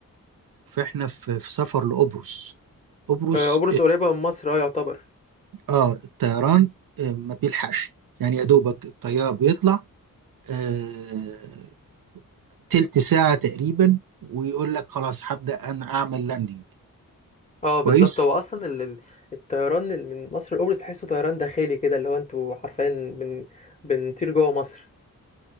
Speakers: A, on the right; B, on the left.
A: فاحنا في, في سفر لقبرص قبرص
B: آه، قبرص قريبة من مصر اه يعتبر
A: اه الطيران آه، ما بيلحقش يعني يا دوبك الطيار بيطلع آه، تلت ساعة تقريبا ويقول لك خلاص هبدأ أنا أعمل لاندنج
B: اه
A: كويس
B: بالظبط هو اصلا ال- ال- الطيران اللي من مصر لقبرص تحسه طيران داخلي كده اللي هو انتوا حرفيا بن... بنطير جوه مصر